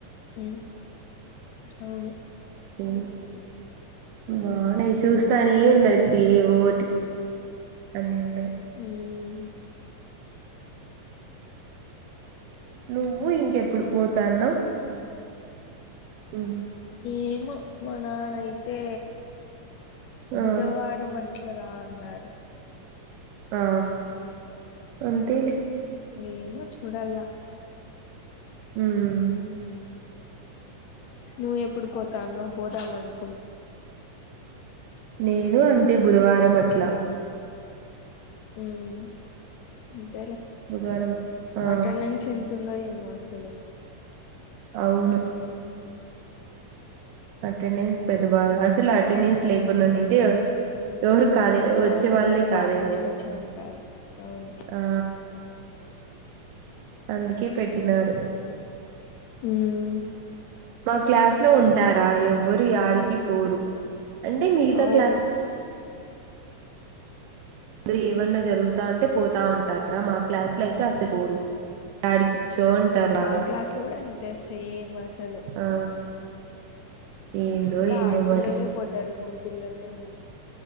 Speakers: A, on the left (about 80°); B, on the right (about 85°).
A: ఉమ్ అవును
B: ఉమ్ బావున్నాయి చూస్తానే ఉండొచ్చు ఏవి ఒకటి అన్నీ ఉన్నాయి
A: హ్మ్
B: నువ్వు ఇంకెప్పుడు పోత అన్నావ్ ఉమ్
A: ఏమో మా నాన్న అయితే
B: ఆ
A: బుధవారం అట్లా అట్లా రా అన్నారు
B: ఆ అంతేలే
A: ఏమో చుడాలా
B: ఉమ్
A: నువ్ ఎప్పుడు పోత అన్నావ్ పోదామనుకు
B: నేను అంతే బుధవారం అట్లా
A: ఉమ్ అంతే లే
B: బుధవారం ఆ
A: అటెండెన్స్ ఎంత ఉందో ఏమో అసలు
B: అవును అటెండెన్స్ పెద్ద బాధ అసలు అటెండెన్స్ లేకుండా ఉడింటే ఎవరు కాలేజీ
A: ఆ
B: వచ్చే వాళ్ళే
A: అసలు
B: కాదేమో
A: కాలేజీకి వచ్చేవాళ్ళు కాదు అవును
B: ఆ అందుకే పెట్టినారు
A: ఉమ్
B: మా క్లాస్ లో ఉంటారా ఎవ్వ యాడికి పోరు అంటే మిగతా
A: అవును
B: క్లాస్ అందరు ఏమన్నా జరుగుతా అంటే పోతా ఉంటారా మా క్లాస్ లో అయితే అసలు పోరు యాడికి చోంటారు బాగా
A: మా క్లాస్లో కూడా అంతే సేమ్ అసలు
B: ఆ ఏందో
A: ఇంకా
B: ఏమో
A: ఆడపిల్లలే
B: మరి
A: పోతారు మగపిల్లలేమొ